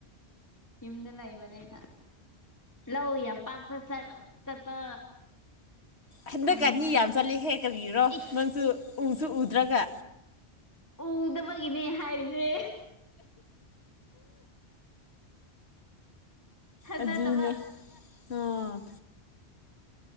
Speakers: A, on the left; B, on the left.
A: ꯌꯨꯝꯗ ꯂꯩꯕꯅꯤꯅ ꯂꯧ ꯌꯥꯝ ꯄꯥꯔ ꯐꯁ ꯆꯠꯄ
B: ꯍꯟꯗꯛꯀ
A: ꯐꯪꯉꯔꯣꯏ
B: ꯑꯅꯤ ꯌꯥꯝ
A: ꯅꯪ
B: ꯆꯠꯂꯤꯍꯦ ꯀꯔꯤꯒꯤꯔꯣ
A: ꯏꯁ
B: ꯅꯪꯁꯨ ꯎꯁꯨ ꯎꯗ꯭ꯔꯒ
A: ꯎꯗꯕꯒꯤꯅꯦ ꯍꯥꯏꯔꯤꯁꯦ ꯊꯥꯖꯗꯕ
B: ꯑꯗꯨꯨꯅꯦ ꯑ